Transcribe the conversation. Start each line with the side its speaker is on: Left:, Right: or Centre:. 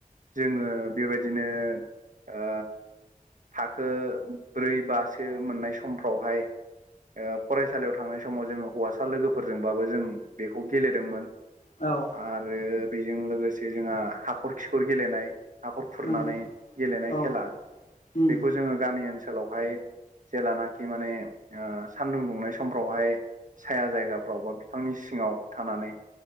Right: जोङो बेबादिनो ओ थाखो ब्रै बासो मोननाय समफ्रावहाय फरायसालियाव थांनाय सम समाव जोङो हौवासा लोगोफोरजोंबाबो जों बेखौ गेलेदोंमोन।
Left: औ।
Right: आरो बेजों लोगोसे जोंहा हाखर खिखर गेलेनाय। हाखर खुरनानै
Left: नंगौ
Right: गेलेनाय
Left: औ
Right: खेला
Left: उम
Right: बेखौ जोङो गामि ओनसोलावहाय जेलानाखि माने सानदुं दुंनाय समफ्रावहाय साया जायगाफ्राव बा बिफांनि सिङाव थानानै